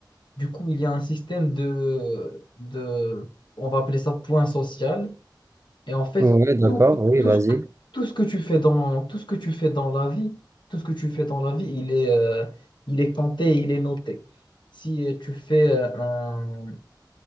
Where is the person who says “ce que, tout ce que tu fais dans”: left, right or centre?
Left